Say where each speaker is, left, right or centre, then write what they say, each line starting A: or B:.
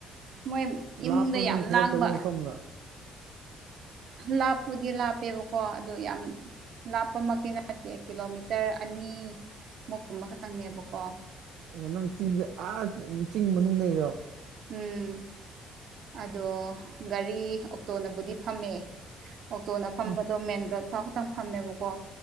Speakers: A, on the right; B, on the right.
A: ꯃꯣꯏ ꯏꯃꯨꯡꯗ
B: ꯂꯥꯞꯄ꯭ꯔꯣ ꯅꯪ
A: ꯌꯥꯝ
B: ꯊꯕꯛ
A: ꯂꯥꯡꯕ
B: ꯇꯧꯕ ꯃꯐꯝꯒ
A: ꯂꯥꯞꯄꯨꯗꯤ ꯂꯥꯞꯄꯦꯕꯀꯣ ꯑꯗꯣ ꯌꯥꯝ ꯂꯥꯞꯄꯃꯛꯇꯤ ꯅꯠꯇꯦ ꯀꯤꯂꯣꯃꯤꯇꯔ ꯑꯅꯤ ꯃꯨꯀꯨꯝꯕ ꯈꯇꯪꯅꯦꯕꯀꯣ
B: ꯑꯣ ꯅꯪ ꯆꯤꯡꯁꯦ ꯑꯥ ꯆꯤꯡ ꯃꯅꯨꯡ ꯂꯩꯔꯣ
A: ꯎꯝ ꯑꯗꯣ ꯒꯥꯔꯤ ꯑꯣꯛꯇꯣꯅꯕꯨꯗꯤ ꯐꯝꯃꯦ ꯑꯣꯛꯇꯣꯅ ꯐꯝꯕꯗꯣ
B: ꯎꯝ
A: ꯃꯦꯟ ꯔꯣꯗ ꯑꯐꯥꯎ ꯈꯛꯇꯪ ꯐꯝꯃꯦꯕꯀꯣ